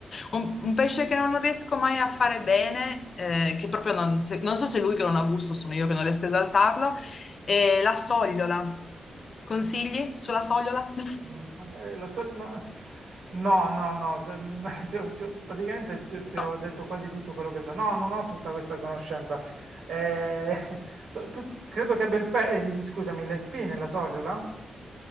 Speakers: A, on the left (about 50°); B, on the right (about 85°).
A: Un, un pesce che non riesco mai a fare bene, eh, che proprio non, se- non so se è lui che non ha gusto, sono io che non riesco a esaltarlo, è la sogliola. Consigli sulla sogliola? <laughs>
B: Mhmm, mag ehm, la soli no no, no, no, se mhmm, <laughs> ti ho ti ho praticamente ti ho ti ho
A: No.
B: detto quasi tutto quello che so. No, non ho tutta questa conoscenza. Ehm, <laughs> so tu credo che abbia il pe ehm, scusami, le spine la sogliola?